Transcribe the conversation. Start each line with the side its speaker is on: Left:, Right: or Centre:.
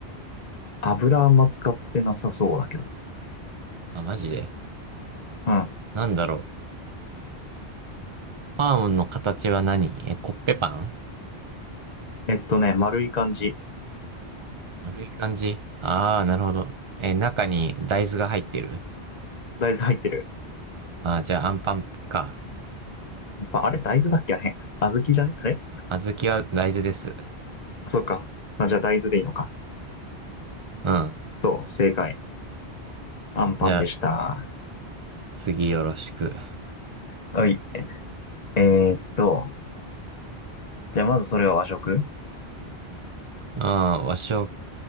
Left: 油あんま使ってなさそうだけど。
Right: あ、マジで。
Left: うん。
Right: なんだろう。パンの形は何え、コッペパン
Left: えっとね、丸い感じ。
Right: 丸い感じああー、なるほど。え、中に大豆が入ってる
Left: 大豆入ってる。
Right: ああー、じゃあアンパンか。
Left: やっぱ、あれ大豆だっけあれ。小豆じゃねあれ
Right: 小豆は大豆です。
Left: あそうか。あじゃあ大豆でいいのか。
Right: うん。
Left: そう、正解。アンパンでした。
Right: じゃあ、つ次よろしく。
Left: はい。えーっと、じゃあまずそれは和食
Right: うん、和食